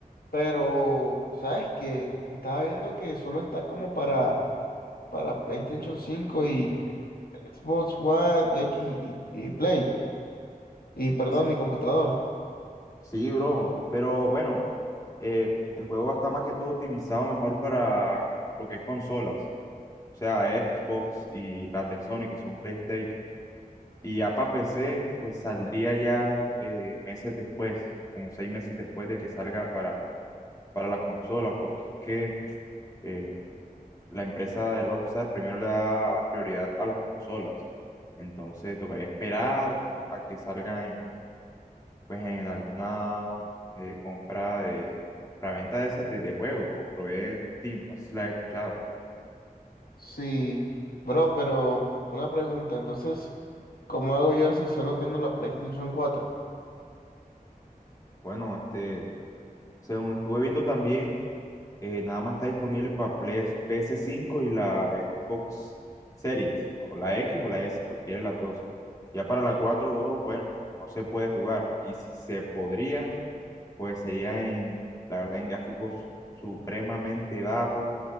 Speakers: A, on the left; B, on the left.
A: Pero, ¿sabes qué? Estaba viendo que solo está como para. para PlayStation cinco y Xbox One X y, y Play. Y perdón,
B: Sí,
A: mi computador.
B: sí, bro, pero bueno, eh, el juego va a estar más que todo optimizado mejor para lo que es consolas, o sea, Xbox y las de Sony, que son PlayStation. Y ya para PC, pues saldría ya eh, meses después, como seis meses después de que salga para para las consolas, porque es que eh, la empresa de Rockstar primero le da prioridad a las consolas. Entonces tocaría esperar a que salga en, pues, en alguna eh, compra de para venta de esas de, de juegos, como lo es Steam. No sé si la has escuchado.
A: Sí, bro, pero una pregunta, entonces, ¿cómo hago yo si solo tengo la PlayStation cuatro
B: Bueno, este, según estuve viendo también eh, nada más está disponible para PS, ps cinco y la Xbox Series, o la X o la S, cualquiera de las dos. Ya para la cuatro bro, bueno, no se puede jugar. Y si se podría, pues sería en, la verdad, en gráficos supremamente bajos